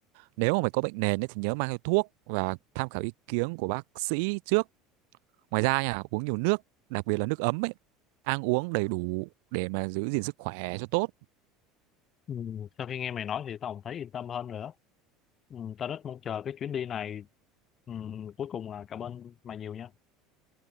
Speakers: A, on the right; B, on the left.
A: Nếu mà mày có bệnh nền ấy, thì nhớ mang theo thuốc và tham khảo ý kiến của bác sĩ trước Ngoài ra nha, uống nhiều nước, đặc biệt là nước ấm ấy, ăn uống đầy đủ để mà giữ gìn sức khỏe cho tốt.
B: ừ, sau khi nghe mày nói thì tao cũng thấy yên tâm hơn nữa ừ, tao rất mong chờ cái chuyến đi này ừ, cuối cùng là cảm ơn mày nhiều nha